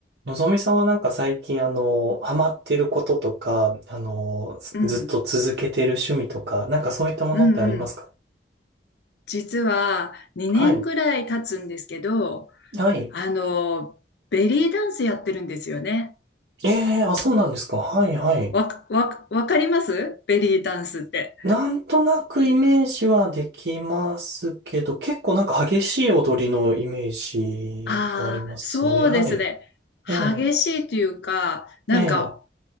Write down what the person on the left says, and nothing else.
うん、
うんうん。実は2年ぐらい経つんですけど、
あの、ベリーダンスやってるんですよね。
わか、わか、わかりますベリーダンスって。
ああ、
そうですね。
激しいというか、
なんか、